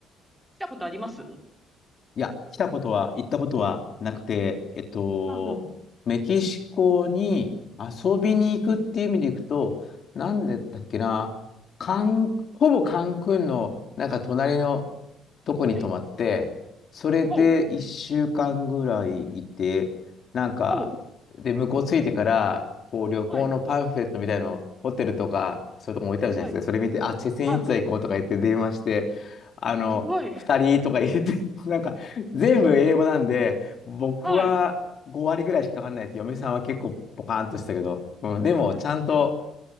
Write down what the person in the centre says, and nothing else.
来たことあります
はんうん。
うん。
うん
はい。
ほう。
ほ
う。はい。
はい。
はい。
すごい。
はい。
<laughs> は